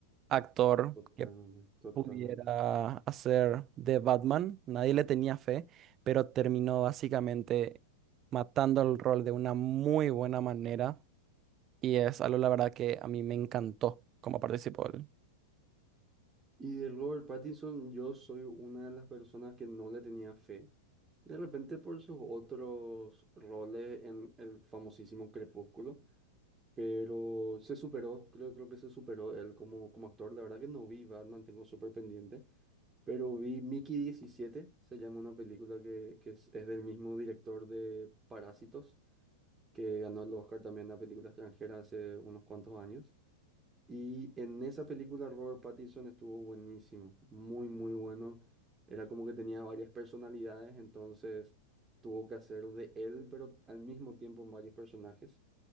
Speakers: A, on the right; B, on the right.
A: actor
B: Totalmente,
A: que
B: totalmente.
A: pudiera hacer de Batman, nadie le tenía fe, pero terminó básicamente matando el rol de una muy buena manera y es algo, la verdad, que a mí me encantó cómo participó él.
B: Y de Robert Pattinson, yo soy una de las personas que no le tenía fe. De repente por sus otros roles en el famosísimo Crepúsculo. Pero se superó, creo, creo que se superó él como, como actor. La verdad que no vi Batman, tengo súper pendiente, pero vi Mickey diecisiete se llama una película que, que es, es del mismo director de Parásitos, que ganó el Oscar también a película extranjera hace unos cuantos años. Y en esa película Robert Pattinson estuvo buenísimo, muy, muy bueno. Era como que tenía varias personalidades, entonces tuvo que hacer de él, pero al mismo tiempo en varios personajes.